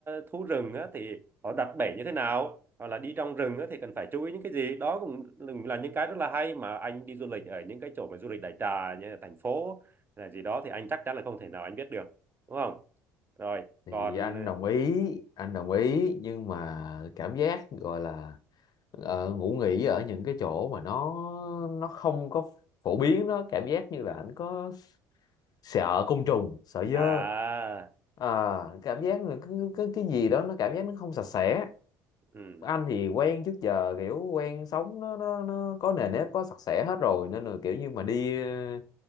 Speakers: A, on the right; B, on the left.
A: thú rừng á, thì họ đặt bẫy như thế nào hoặc là đi trong rừng á, thì cần phải chú ý những cái gì đó cũng là những cái rất là hay mà anh đi du lịch ở những cái chỗ mà du lịch đại trà như là thành phố là gì đó thì anh chắc chắn là không thể nào anh biết được đúng không rồi
B: thì
A: còn
B: anh đồng ý anh đồng ý nhưng mà cảm giác gọi là ờ, ngủ nghỉ ở những cái chỗ mà nó nó không có phổ biến đó cảm giác như là anh có sợ côn trùng sợ dơ
A: à
B: à, cảm giác là cứ cái, cái gì đó nó cảm giác nó không sạch sẽ
A: ừ,
B: anh thì quen trước giờ kiểu quen sống nó nó, nó có nề nếp có sạch sẽ hết rồi nên là kiểu như mà đi ờ,